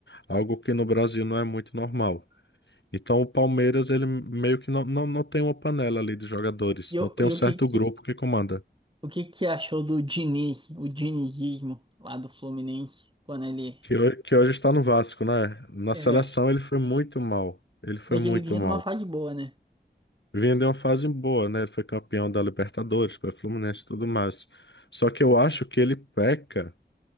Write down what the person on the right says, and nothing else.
E, o
e
o que, que,
o que que achou do Diniz, o dinizismo lá do Fluminense, quando ele.
É,
mas
ele vinha
de uma fase boa, né?